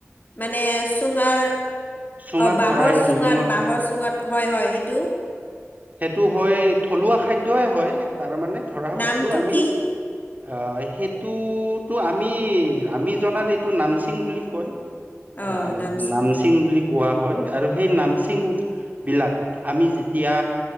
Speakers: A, on the left (about 40°); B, on the right (about 35°).
A: মানে চুঙাৰ
B: চুঙাত
A: অ বাঁহৰ
B: ভৰাই
A: চুঙাত,
B: দুদিনৰ
A: বাঁহৰ
B: পাছত
A: চুঙাত হয়-হয় সেইটো <unintelligible>
B: সেইটো হয় থলুৱা খাদ্যই হয় তাৰমানে ধৰা হওক
A: নামটো
B: এইটো আমি
A: কি
B: <unintelligible> আহ সেইটোতো আমি-আমি জনাত এইটো নামচিং বুলি কয় <unintelligible>
A: অ
B: এ
A: নামছিল
B: নামসিং বুলি <unintelligible> কোৱা হয় আৰু সেই নামচিংবিলাক আমি যেতিয়া